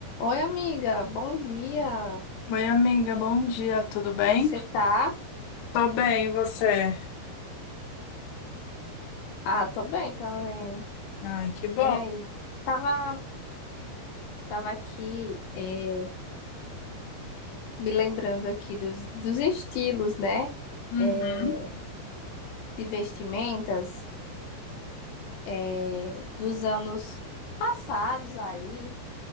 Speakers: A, on the left (about 80°); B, on the left (about 65°).
A: Oi, amiga, bom dia.
B: Oi, amiga, bom dia, tudo bem?
A: Como é que você tá?
B: Tô bem, e você?
A: Ah, tô bem também.
B: Ai, que bom.
A: Ei, tava, tava aqui é, me lembrando aqui dos, dos estilos, né?
B: Uhum.
A: É, de vestimentas é, dos anos passados aí.